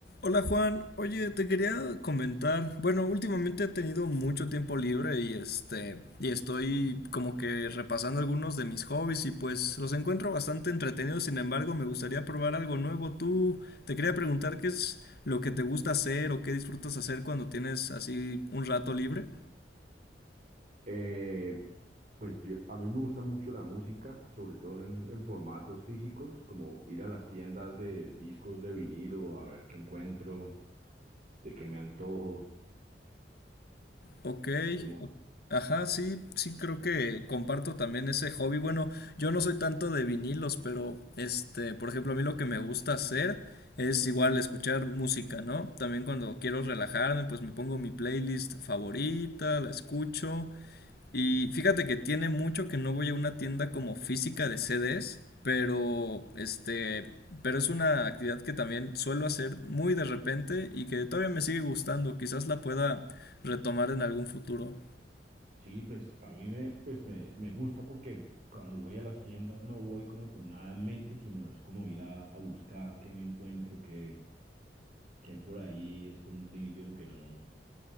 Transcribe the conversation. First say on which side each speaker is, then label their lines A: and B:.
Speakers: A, on the left; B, on the right.
A: Hola Juan, oye, te quería comentar, bueno, últimamente he tenido mucho tiempo libre y este, y estoy como que repasando algunos de mis hobbies y pues los encuentro bastante entretenidos, sin embargo, me gustaría probar algo nuevo. Tú, te quería preguntar qué es lo que te gusta hacer o qué disfrutas hacer cuando tienes así un rato libre.
B: Eh, pues yo, a mí me gusta mucho la música, sobre todo en, en formatos físicos, como ir a las tiendas de discos de vinilo a ver qué encuentro, de qué me antojo.
A: Ok,
B: Como,
A: o- ajá, sí, sí creo que comparto también ese hobby. Bueno, yo no soy tanto de vinilos, pero este, por ejemplo, a mí lo que me gusta hacer es igual escuchar música, ¿no? También cuando quiero relajarme, pues me pongo mi playlist favorita, la escucho. Y fíjate que tiene mucho que no voy a una tienda como física de CDs, pero este, pero es una actividad que también suelo hacer muy de repente y que todavía me sigue gustando, quizás la pueda retomar en algún futuro.
B: sí, pues a mí me, pues me, me gusta porque cuando voy a las tiendas no voy como con nada en mente, sino es como ir a, a buscar qué me encuentro, qué, qué hay por ahí escondido que no,